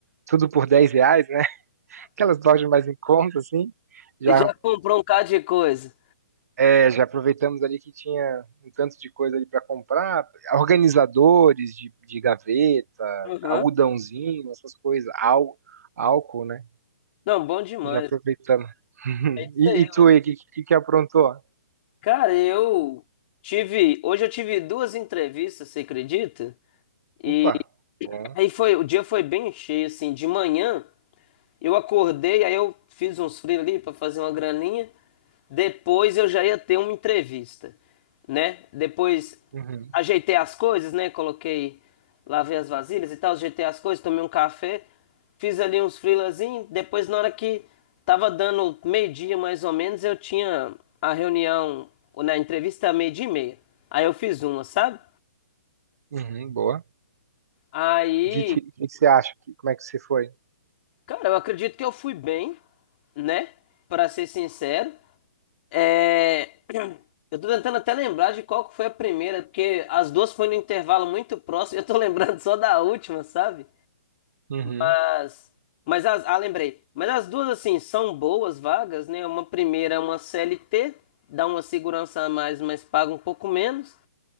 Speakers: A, on the right; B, on the left.
A: tudo por 10 reais, né? <laughs> Aquelas lojas mais em conta, assim, já
B: Já comprou um bocado de coisa.
A: É, já aproveitamos ali que tinha um tanto de coisa ali para comprar, organizadores de, de gaveta,
B: Aham.
A: algodãozinho, essas coisas, ál, álcool, né?
B: Não, bom demais.
A: Já aproveitamos. <laughs>
B: É isso
A: E,
B: aí,
A: e tu
B: ué.
A: aí, o que, que, que aprontou?
B: Cara, eu tive. Hoje eu tive duas entrevistas, você acredita? E
A: Opa, bom.
B: aí foi, o dia foi bem cheio, assim, de manhã. Eu acordei, aí eu fiz uns free ali para fazer uma graninha. Depois eu já ia ter uma entrevista, né? Depois
A: Uhum,
B: ajeitei as coisas, né? Coloquei, lavei as vasilhas e tal, ajeitei as coisas, tomei um café, fiz ali uns frilazinhos Depois, na hora que tava dando meio-dia mais ou menos, eu tinha a reunião, ou na entrevista meio-dia e meia. Aí eu fiz uma, sabe?
A: uhum, boa.
B: Aí,
A: O que, que, que você acha? Que- como é que você foi?
B: cara, eu acredito que eu fui bem, né? Para ser sincero. É, <clears throat> Eu tô tentando até lembrar de qual que foi a primeira, porque as duas foram no intervalo muito próximo, <laughs> e eu tô lembrando só da última, sabe?
A: Uhum,
B: Mas, mas as, ah, lembrei. Mas as duas, assim, são boas vagas, né? Uma primeira é uma CLT, dá uma segurança a mais, mas paga um pouco menos,